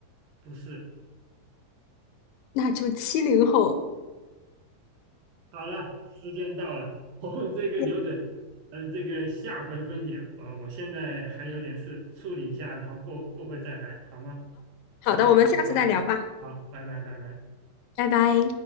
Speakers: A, on the right; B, on the left.
A: 不是。
B: 那就七零后。
A: 好了，时间到了，<laughs> 我们这个留着，
B: 嗯
A: 呃，这个下回分解。呃，我现在还有点事处理一下，然后过过会再来，好吗？
B: 好的，
A: 好，
B: 我们下次再聊吧，
A: 好，好，拜拜，拜拜。
B: 拜拜。